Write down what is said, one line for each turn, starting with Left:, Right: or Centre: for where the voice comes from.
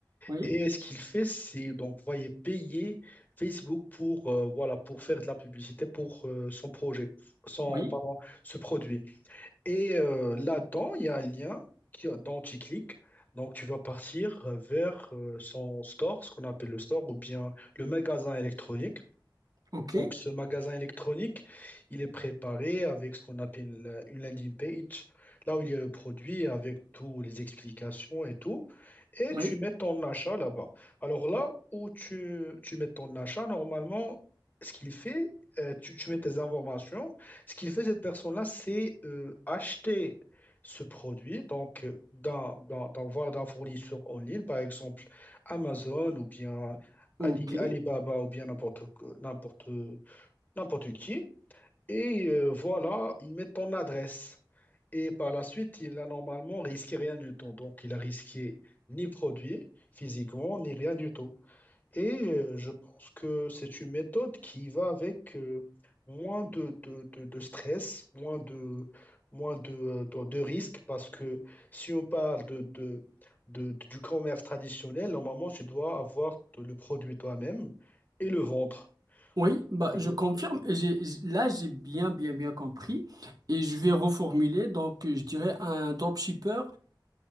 Right: oui,
Left: Et ce qu'il fait, c'est donc voyez payer Facebook pour euh, voilà pour faire de la publicité pour euh, son projet, son
Right: oui,
Left: pardon, ce produit. Et euh, là-dedans, il y a un lien qui, dont tu cliques. Donc tu vas partir euh, vers euh, son store, ce qu'on appelle le store, ou bien le magasin électronique.
Right: ok,
Left: Donc, ce magasin électronique, il est préparé avec ce qu'on appelle une une landing page, là où il y a le produit avec toutes les explications et tout, et
Right: oui,
Left: tu mets ton achat là-bas. Alors là où tu, tu mets ton achat, normalement, ce qu'il fait, euh, tu, tu mets tes informations, ce qu'il fait cette personne-là, c'est euh, acheter ce produit, donc euh, d'un d'un- d'un- voilà, d'un fournisseur en ligne, par exemple Amazon ou bien Ali,
Right: ok.
Left: Alibaba ou bien n'importe que- n'importe n'importe qui. Et euh, voilà, il met ton adresse. Et par la suite, il a normalement risqué rien du tout. Donc, il a risqué ni produit physiquement, ni rien du tout. Et euh, je pense que c'est une méthode qui va avec euh, moins de, de, de, de stress, moins de, moins de, euh, de, de risques, parce que si on parle de, de, de- de- du commerce traditionnel, normalement, tu dois avoir le produit toi-même et le vendre.
Right: Oui, bah,
Left: Euh,
Right: je confirme. J'ai, là, j'ai bien, bien, bien compris. Et je vais reformuler. Donc, je dirais un dropshipper,